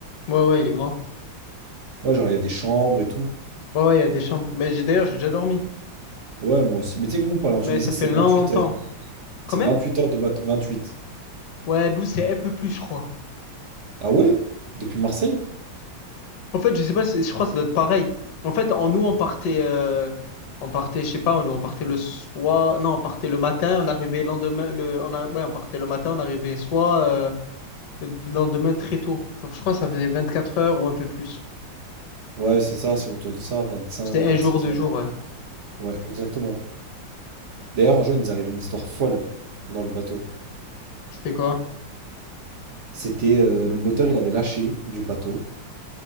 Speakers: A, on the left; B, on the right.
A: ouais, ouais, il est grand.
B: Ouais, genre il y a des chambres et tout.
A: Ouais, ouais, il y a des chambres. Mais j'ai d'ailleurs, j'ai déjà dormi.
B: Ouais, moi aussi. Mais tu sais que nous, pour aller en Tunisie,
A: Mais ça fait
B: c'est
A: longtemps.
B: vingt-huit heures.
A: Combien?
B: C'est 28 heures de bateau. vingt-huit
A: Ouais, Lou c'est un peu plus, je crois.
B: Ah ouais? Depuis Marseille?
A: En fait, je sais pas, c'est- je crois que ça doit être pareil. En fait, en nous, on partait, euh, on partait, je sais pas, nous, on partait le soir, non, on partait le matin, on arrivait le lendemain, le, on a, ouais, on partait le matin, on arrivait soit. euh, Le lendemain, très tôt. Genre, je crois que ça faisait 24 heures ou un peu plus.
B: Ouais, c'est ça, c'est autour de ça, 25,
A: C'était un
B: 26
A: jour, deux
B: heures.
A: jours, ouais.
B: Ouais, exactement. D'ailleurs, un jour, il nous arrivait une histoire folle dans le bateau.
A: C'était quoi?
B: C'était euh, le moteur, il avait lâché du bateau.